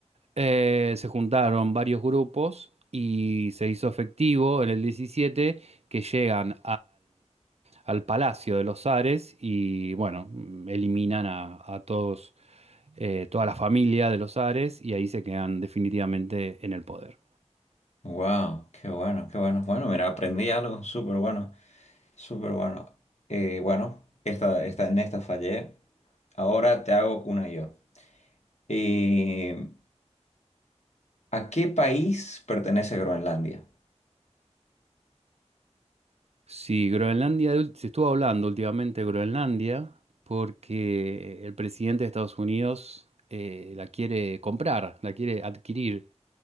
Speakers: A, on the right; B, on the left.
A: eh, se juntaron varios grupos y se hizo efectivo en el 17 que llegan al Palacio de los Ares y bueno, mm, eliminan a, a todos, eh, toda la familia de los Ares y ahí se quedan definitivamente en el poder.
B: Wow, qué bueno, qué bueno. Bueno, mira, aprendí algo súper bueno, súper bueno. Eh, bueno, esta, esta, en esta fallé. Ahora te hago una yo. Eh, ¿a qué país pertenece Groenlandia?
A: Sí, Groenlandia, ul- se estuvo hablando últimamente de Groenlandia porque el presidente de Estados Unidos eh, la quiere comprar, la quiere adquirir.